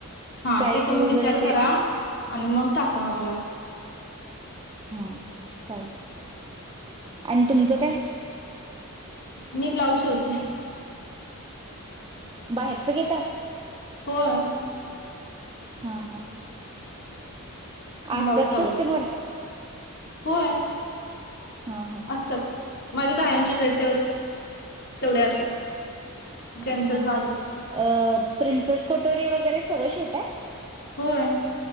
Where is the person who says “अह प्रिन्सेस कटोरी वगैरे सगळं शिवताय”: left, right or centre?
Right